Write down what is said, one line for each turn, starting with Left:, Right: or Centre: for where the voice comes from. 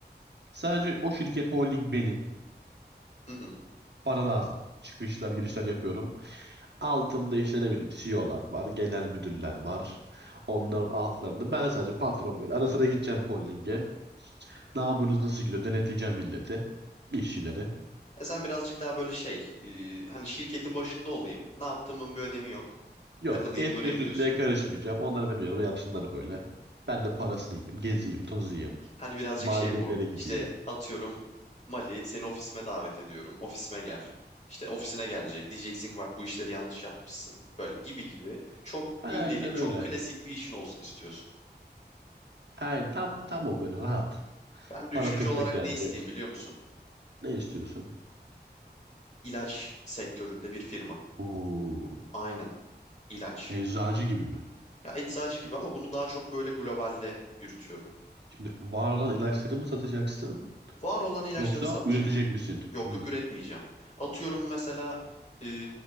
Right: Sadece o şirket holding benim.
Left: Hı hı.
Right: Para lazım. Çıkışlar girişler yapıyorum. Altımda işte ne bileyim CEO'lar var, genel müdürler var. Onların altlarında ben sadece patron böyle. Ara sıra gideceğim holdinge. Ne yapıyorsunuz nasıl gidiyor? Denetleyeceğim milleti. işçileri.
Left: E sen birazcık daha böyle şey, e, hani şirketin başında olayım. Ne yaptığımın bir önemi yok.
Right: Yok
Left: Takılayım
Right: etle
Left: durayım
Right: sütle
Left: diyorsun.
Right: karışmayacağım. Onlar benim yanıma yapsınlar böyle. Ben de parasını yiyeyim. Gezeyim, tozayım.
Left: Hani birazcık
Right: Maldivlere
Left: şey bu.
Right: gideyim.
Left: İşte atıyorum Mali seni ofisime davet ediyorum. Ofisime gel. İşte ofisine gelecek. Diyeceksin ki bak bu işleri yanlış yapmışsın. Böyle gibi gibi. Çok gündelik,
Right: Aynen
Left: çok
Right: öyle.
Left: klasik bir işin olsun istiyorsun.
Right: Aynen tam tam o böyle rahat.
Left: Ben de
Right: Para
Left: üçüncü
Right: tık
Left: olarak
Right: tık gelecek.
Left: ne isteyeyim biliyor musun?
Right: Ne istiyorsun?
Left: İlaç sektöründe bir firma.
Right: Oo,
Left: Aynen, ilaç.
Right: eczacı gibi mi?
Left: Ya eczacı gibi ama bunu daha çok böyle globalde yürütüyorum.
Right: Şimdi var olan ilaçları mı satacaksın?
Left: Var olan ilaçları
Right: Yoksa
Left: satacağım.
Right: üretecek misin?
Left: Yok
Right: Hmm,
Left: yok üretmeyeceğim. Atıyorum mesela e,